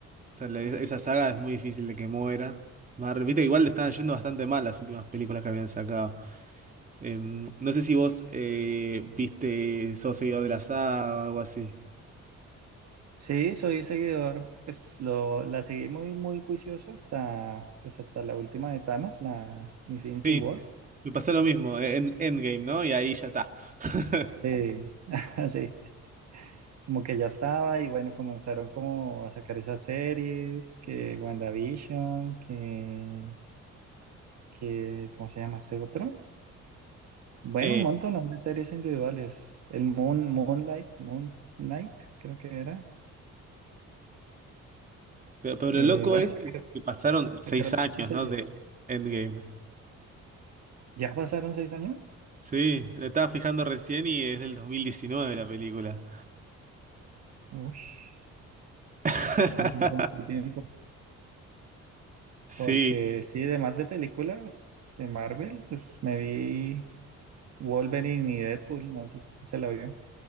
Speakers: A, on the right (about 25°); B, on the right (about 60°).
A: sea, la- esa saga es muy difícil de que muera. Marvel, viste que igual le estaban yendo bastante mal las últimas películas que habían sacado. Eh, no sé si vos eh, viste, sos seguidor de la saga o algo así.
B: Sí, soy seguidor, pues lo, la seguí muy, muy juicioso hasta, pues hasta la última de Thanos, la Infinity
A: Sí,
B: War.
A: me pasó lo mismo, e, en Endgame, ¿no? Y ahí ya está. <laughs>
B: Sí, <laughs> sí como que ya estaba y bueno, comenzaron como a sacar esas series, que WandaVision, que, que ¿cómo se llama este otro? Bueno,
A: Eh,
B: un montón ¿no? de series individuales. El Moon, Moonlight, Moon Knight, creo que era.
A: pero, pero
B: Eh,
A: lo loco
B: bueno,
A: es
B: sí,
A: que, que pasaron seis
B: sacaron
A: años,
B: muchas series.
A: ¿no? De Endgame.
B: ¿Ya pasaron seis años?
A: Sí, me estaba fijando recién y es del 2019 la película.
B: Ush,
A: <laughs>
B: un buen tiempo.
A: Sí.
B: Porque sí, de más de películas de Marvel, pues me vi Wolverine y Deadpool, no sé si se la vio.